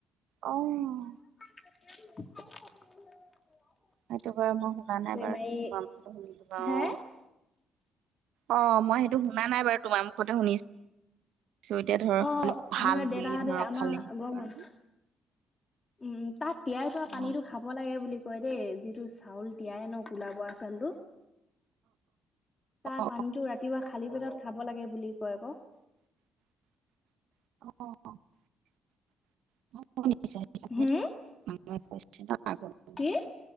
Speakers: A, on the right; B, on the left.
A: অ'।
B: <inaudible>
A: সেইটো বাৰু মই শুনা নাই
B: বেমাৰী
A: বাৰু কি <unintelligible> শুনিলো বাৰু
B: হে
A: অ'। অ', মই সেইটো শুনা নাইাৰু তোমাৰ মুখতহে শুনিছোঁ। এতিয়া ধৰক
B: অ
A: ম
B: আমাৰ
A: ভাল
B: দেউতাহঁতে
A: বুলি ধৰক
B: আমাৰ
A: খালে সেইটো
B: আগৰ
A: কাৰণে।
B: মানুহ উম, তাত তিয়াই থোৱা পানীটো
A: অ
B: খাব লাগে বুলি কয় দেই যিটো চাউল তিয়াই ন কলা বৰা চাউলটো। তাৰ
A: অ
B: পানীতটো ৰাতিপুৱা খালি পেটত খাব লাগে বুলি কয় আকৌ।
A: অ'। <unintelligible>
B: হুম কি?